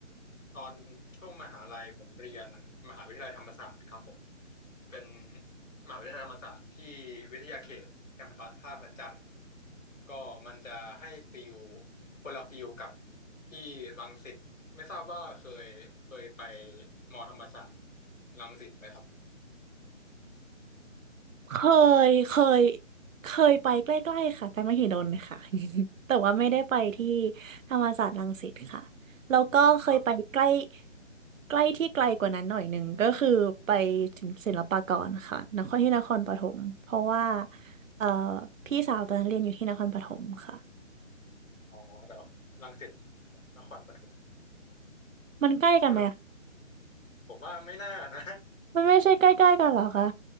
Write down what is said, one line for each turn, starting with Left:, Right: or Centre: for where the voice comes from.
Left: ตอนช่วงมหาลัยผมเรียนมหาวิทยาลัยธรรมศาสตร์ครับผมเป็นมหาวิทยาลัยธรรมศาสตร์ที่วิทยาเขตแคมปัสท่าพระจันทร์ก็มันจะให้ฟิลคนละฟิลกับที่รังสิตไม่ทราบว่าเคยเคยไปมอธรรมศาสตร์รังสิตไหมครับ
Right: เคยเคยเคยไปใกล้ๆค่ะไปมหิดลค่ะ <laughs> แต่ว่าไม่ได้ไปที่ธรรมศาสตร์รังสิตค่ะ แล้วก็เคยไปใกล้
Left: ครับ
Right: ใกล้ที่ไกลกว่านั้นหน่อยหนึ่งก็คือไปศิลศิลปากรค่ะนครที่นครปฐมเพราะว่าเอ่อพี่สาวตอนนั้นเรียนอยู่ที่นครปฐมค่ะ
Left: อ๋อเดี๋ยวรังสิตนครปฐม
Right: มันใกล้กันไหม
Left: คนละผมว่าไม่น่านะ
Right: มันไม่ใช่ใกล้ๆกันเหรอคะ